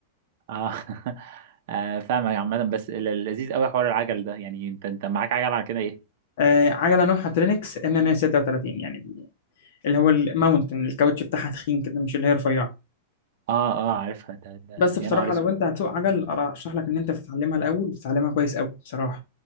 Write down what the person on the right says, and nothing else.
اه <laughs> آه، فاهمك عامه بس ال- اللذيذ قوي حوار العجل ده يعني انت انت معاك عجل على كده ايه
اه اه عارفها ده ده
يا
نهار اسود